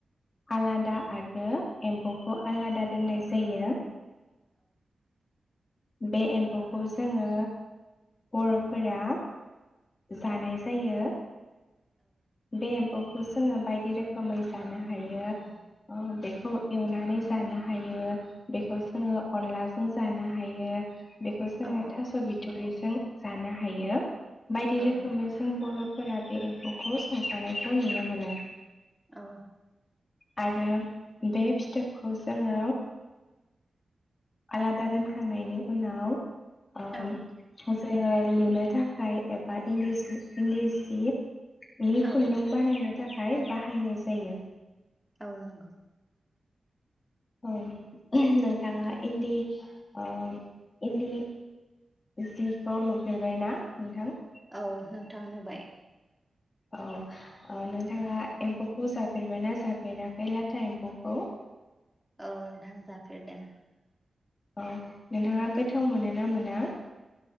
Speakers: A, on the left; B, in the centre.
A: आलादा आरो एम्फौखौ आलादा दोननाय जायो। बे एम्फौखौ जोङो बर'फोरा जानाय जायो। बे एम्फौ खौ जोङो बायदि रोखोमै जानो हायो ओ बेखौ एवनानै जानो हायो। बेखौ जोङो अनला जों जानो हायो। बेखौ जोङो
B: औ
A: थास' बिथ'रिजों जानो हायो। बायदि
B: औ
A: रोखोमै
B: औ
A: जों बर' फोरा बे एम्फौखौ संजानायखौ नुनो मोनो
B: औ।
A: आरो बे फिथोबखौ जोङो आलादा दोनखांनायनि उनाव ओ
B: औ
A: जोङो लुनो थाखाय एबा इन्दिसि इन्दि जि बे
B: औ
A: खुन्दुं बानायनो थाखाय बाहायनाय जायो।
B: औ नंगौ।
A: औ नोंथाङा इन्दि ओ इन्दि जिखौ नुफेरबायना नोंथां?
B: औ नोंथां नुबाय।
A: औ। ओ नोंथाङा
B: औ
A: एम्फौ एम्फौ जाफेरबायना जाफेराखै लाथा एम्फौखौ?
B: औ नोंथां जाफेरदों।
A: औ नोंथाङा गोथाव मोनो ना मोना?